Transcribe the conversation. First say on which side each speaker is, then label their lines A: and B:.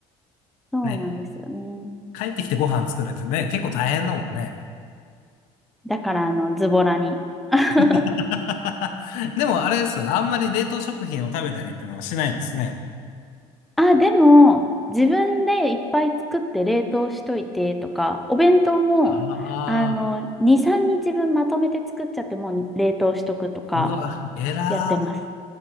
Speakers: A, in the centre; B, on the left (about 75°).
A: そうなんですよね。
B: ね、帰ってきてご飯作るってね、結構大変だもんね。
A: だから、あの、ズボラに。<laughs>
B: <laughs> でもあれです。あんまり冷凍食品を食べたりっていうのはしないんですね。
A: あ、でも、自分でいっぱい作って冷凍しといてとか、お弁当も、
B: ああ、
A: あの、2、3日分まとめて作っちゃってもう冷凍しとくとか
B: うわ、偉
A: やってます。